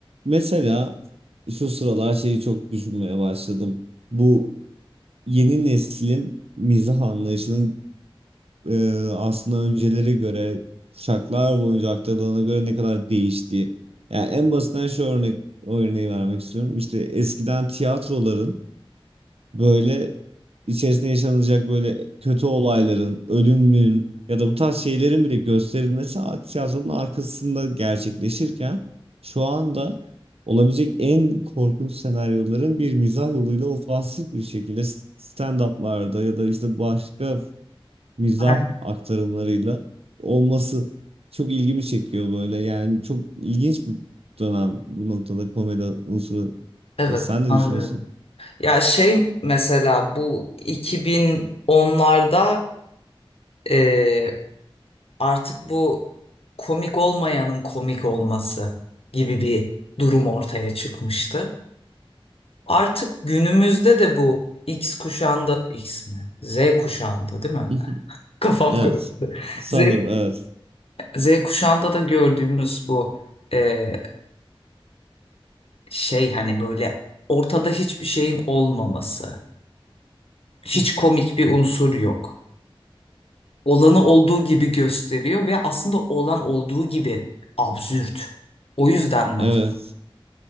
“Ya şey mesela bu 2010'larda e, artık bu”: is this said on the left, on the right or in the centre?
Left